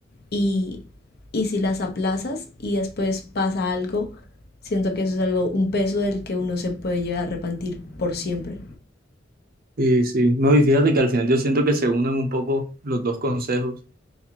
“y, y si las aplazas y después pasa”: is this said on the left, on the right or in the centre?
Left